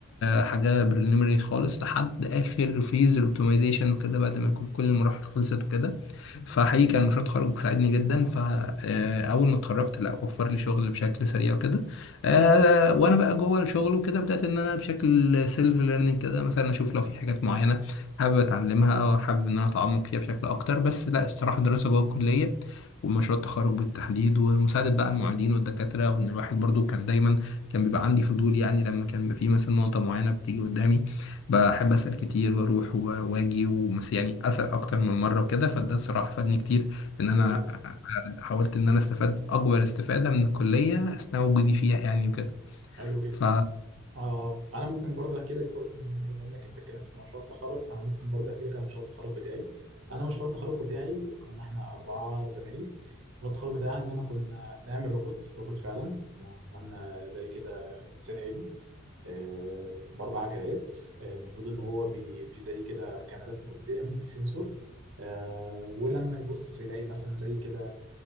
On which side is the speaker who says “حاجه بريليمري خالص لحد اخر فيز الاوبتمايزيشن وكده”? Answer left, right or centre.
Left